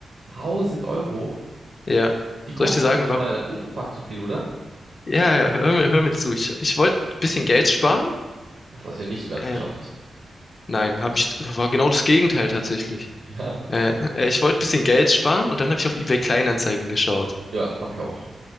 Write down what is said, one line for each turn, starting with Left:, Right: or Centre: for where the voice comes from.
Right: Tausend Euro?
Left: Ja.
Right: Die kosten
Left: Soll ich dir sagen,
Right: doch nicht
Left: warum?
Right: mal unverpackt so viel, oder?
Left: Ja, ja, hör mir, hör mir zu. Ich, ich wollte ein bisschen Geld sparen.
Right: Das hast du ja nicht so ganz
Left: Äh,
Right: geschafft.
Left: nein, habe ich, war genau das Gegenteil tatsächlich.
Right: <laughs> Ja,
Left: Äh, äh, ich wollte ein bisschen Geld sparen und dann habe ich auf eBay Kleinanzeigen geschaut.
Right: ja, habe ich auch.